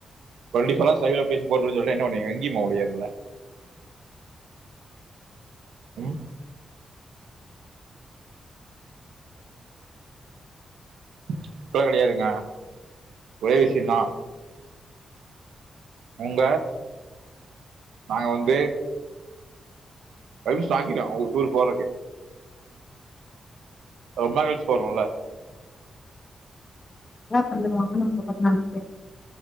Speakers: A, on the right; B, on the left.
A: twenty four hours live location போட சொன்னா என்ன பண்ணுவிங்க எங்கே போக முடியாது ங்க உம் அப்டில்லா கிடையாதுங்க ஒரே விஷ்யோதா உங்க நாங்க வந்து பர் மிசோன் வாங்கிட்டோ ஓ டூட்ரு போறக்கு ரொம்ப கழிச்சு போறோல
B: என்ன தந்துருவாங்லா மக்க